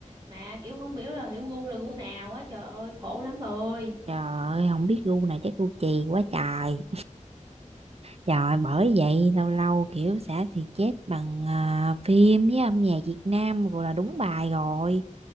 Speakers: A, on the right; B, on the right.
A: mà kiểu không biết là hiểu gu là gu nào á trời ơi khổ lắm bà ơi
B: trời ơi không biết gu này chắc gu chì quá trời Trời bởi vậy lâu lâu kiểu xả thì chết bằng à, phim với âm nhạc Việt Nam rồi là đúng bài rồi